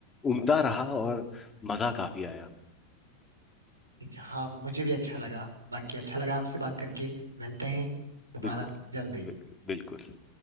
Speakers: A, on the left (about 15°); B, on the right (about 80°).
A: उम्दा रहा और मज़ा काफ़ी आया
B: हाँ मुझे भी अच्छा लगा बाकी अच्छा लगा आपसे बात करके मिलते हैं दोबारा
A: बिल्कुल
B: जल्दी
A: बिल्कुल बिल्कुल